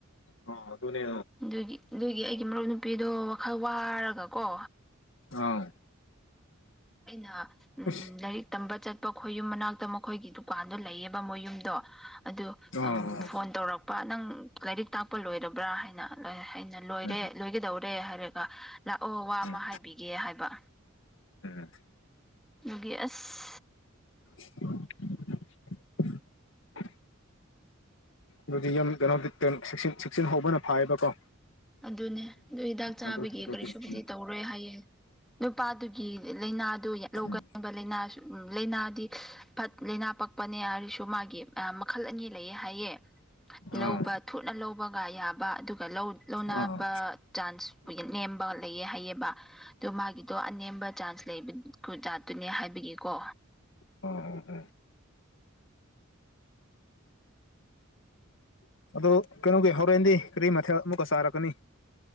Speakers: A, on the left; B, in the centre.
A: ꯑ ꯑꯗꯨꯅꯦ
B: ꯑꯗꯨꯒꯤ ꯑꯗꯨꯒꯤ ꯑꯩꯒꯤ ꯃꯔꯨꯞ ꯅꯨꯄꯤꯗꯣ ꯋꯥꯈꯜ ꯋꯥꯔꯒꯀꯣ
A: ꯑꯥꯎ
B: ꯑꯩꯅ ꯎꯝ
A: ꯑꯁ
B: ꯂꯥꯏꯔꯤꯛ ꯇꯝꯕ ꯆꯠꯄ ꯈꯣꯏ ꯌꯨꯝ ꯃꯅꯥꯛꯇ ꯃꯈꯣꯏꯒꯤꯗꯨ ꯗꯨꯀꯥꯟꯗꯣ ꯂꯩꯌꯦꯕ ꯃꯣꯏ ꯌꯨꯝꯗꯣ ꯑꯗꯨ
A: ꯑꯣ
B: ꯑꯝ ꯐꯣꯟ ꯇꯧꯔꯛꯄ ꯅꯪ ꯂꯥꯏꯔꯤꯛ ꯇꯥꯛꯄ ꯂꯣꯏꯔꯕ꯭ꯔꯥ ꯍꯥꯏꯅ ꯑꯩꯅ ꯂꯣꯏꯔꯦ
A: ꯎꯝ
B: ꯂꯣꯏꯒꯗꯧꯔꯦ ꯔꯦ ꯍꯥꯏꯔꯒ ꯂꯥꯛꯑꯣ ꯋꯥ ꯑꯃ
A: ꯎꯝ
B: ꯍꯥꯏꯕꯤꯒꯦ ꯍꯥꯏꯕ
A: ꯎꯝ
B: ꯑꯗꯨꯒꯤ ꯑꯁ
A: <unintelligible> ꯑꯗꯨꯗꯤ ꯌꯥꯝ ꯀꯩꯅꯣꯗꯤ ꯁꯦꯛꯁꯟ ꯁꯦꯛꯁꯟ ꯍꯧꯕꯅ ꯐꯥꯏꯌꯦꯕꯀꯣ
B: ꯑꯗꯨꯅꯦ ꯑꯗꯨ ꯍꯤꯗꯥꯛ ꯆꯥꯕꯒꯤ
A: ꯑꯗꯨ ꯑꯗꯨꯗꯤ
B: ꯀꯔꯤꯁꯨꯕꯨꯗꯤ
A: ꯎꯝ
B: ꯇꯧꯔꯣꯏ ꯍꯥꯏꯌꯦ ꯅꯨꯄꯥꯗꯨꯒꯤ ꯂꯩꯅꯥꯗꯨ ꯂꯧꯒꯟꯕ
A: ꯎꯝ
B: ꯂꯩꯅꯥꯁꯨ ꯎꯝ ꯂꯩꯅꯥꯗꯤ ꯐꯠ ꯂꯩꯅꯥ ꯄꯛꯄꯅꯦ ꯍꯥꯏꯔꯁꯨ ꯃꯥꯒꯤ ꯃꯈꯜ ꯑꯅꯤ ꯂꯩꯌꯦ ꯍꯥꯏꯌꯦ ꯂꯧꯕ
A: ꯑꯥ
B: ꯊꯨꯅ ꯂꯧꯕꯒ ꯌꯥꯕ ꯑꯗꯨꯒ ꯂꯧ ꯂꯧꯅꯕ
A: ꯑꯥ
B: ꯆꯥꯟꯁ ꯅꯦꯝꯕ ꯂꯩꯌꯦ ꯍꯥꯏꯌꯦꯕ ꯑꯗꯨ ꯃꯥꯒꯤꯗꯣ ꯑꯅꯦꯝꯕ ꯆꯥꯟꯁ ꯂꯩꯕ ꯖꯥꯠꯇꯨꯅꯦ ꯍꯥꯏꯕꯒꯤꯀꯣ
A: ꯎꯝ ꯎꯝ <inaudible> ꯑꯗꯣ ꯀꯩꯅꯣꯒꯤ ꯍꯣꯔꯦꯟꯗꯤ ꯀꯔꯤ ꯃꯊꯦꯜ ꯑꯃꯨꯛꯀ ꯆꯥꯔꯀꯅꯤ